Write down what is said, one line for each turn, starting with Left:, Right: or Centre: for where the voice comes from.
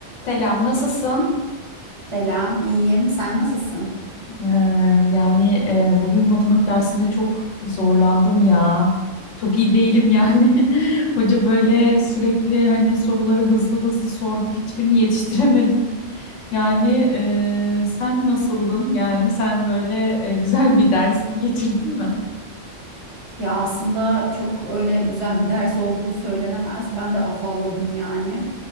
Left: Selam, nasılsın?
Right: Selam, iyiyim. Sen nasılsın?
Left: Ee, yani e, bugün matematik dersinde çok zorlandım ya. Çok iyi değilim yani. <laughs> Hoca böyle sürekli hani soruları hızlı hızlı sordu. Hiçbirini yetiştiremedim. Yani e, sen nasıldın? Yani sen böyle e, güzel bir ders <laughs> geçirdin mi?
Right: Ya aslında çok öyle güzel bir ders olduğu söylenemez. Ben de afalladım yani.